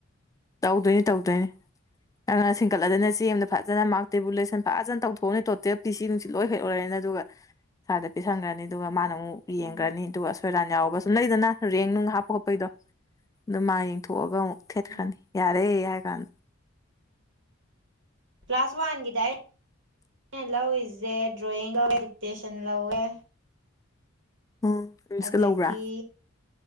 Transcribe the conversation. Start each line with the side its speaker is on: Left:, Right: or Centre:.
Left: ꯇꯧꯗꯣꯏꯅꯤ ꯇꯧꯗꯣꯏꯅꯤ ꯅꯪꯅ ꯁꯤꯡꯀꯠꯂꯗꯅ ꯆꯦ ꯑꯃꯗ ꯐꯖꯅ ꯃꯥꯔꯛ ꯇꯦꯕꯨꯂꯦꯁꯟ ꯐꯖꯅ ꯇꯧꯊꯣꯛꯎꯅꯤ ꯇꯣꯇꯦꯜ ꯄꯤ ꯁꯤ ꯅꯨꯡꯁꯤ ꯂꯣꯏ ꯍꯦꯛ ꯑꯣꯏꯔꯦꯅ ꯑꯗꯨꯒ ꯁꯗ ꯄꯤꯤꯁꯟꯈ꯭ꯔꯅꯤ ꯑꯗꯨꯒ ꯃꯥꯅ ꯑꯃꯨꯛ
Right: ꯎꯝ
Left: ꯌꯦꯡꯈ꯭ꯔꯅꯤ ꯑꯗꯨꯒ ꯑꯁꯣꯏꯔꯥꯟ ꯌꯥꯎꯕ ꯁꯨꯝ ꯂꯩꯗꯅ ꯔꯦꯡ ꯅꯨꯡ ꯍꯥꯞꯄ ꯈꯣꯠꯄꯩꯗꯣ ꯑꯗꯨ ꯃꯥ ꯌꯦꯡꯊꯣꯛꯑꯒ ꯑꯃꯨꯛ ꯊꯦꯠꯈ꯭ꯔꯅꯤ
Right: ꯎꯝ
Left: ꯌꯥꯔꯦ ꯌꯥꯒꯅ
Right: ꯄ ꯀ꯭ꯂ꯭ꯂꯥꯁꯋꯥ ꯍꯒꯗ ꯂ ꯏ ꯗꯦ ꯗ꯭ꯔꯣꯌꯦꯟ ꯂ ꯑꯦ
Left: ꯎꯝ ꯏꯪꯂꯤꯁꯀ
Right: ꯑꯗꯒꯤ
Left: ꯂꯧꯕ꯭ꯔꯥ